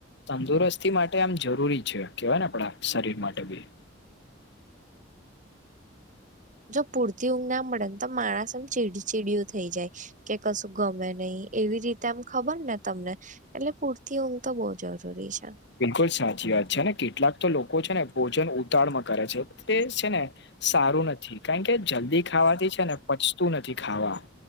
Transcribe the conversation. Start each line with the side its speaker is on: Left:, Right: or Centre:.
Left: તંદુરસ્તી માટે આમ જરૂરી છે કેવાય ને આપડા શરીર માટે બી.
Right: જો પૂરતી ઊંઘ ના મળે ને તો માણસ એમ ચીડી ચીડીયું થઈ જાય, કે કશું ગમે નહીં. નહી એવી રીતે આમ ખબર ને તમને, એટલે પૂરતી ઊંઘ તો બહ જરૂરી છે.
Left: બિલકુલ સાચી વાત છે ને કેટલાક તો લોકો છે ને ભોજન ઉતાડ માં કરે છે તે છે ને સારું નથી કારણ કે જલ્દી ખાવાથી છે ને પચતું નથી ખાવાનુ.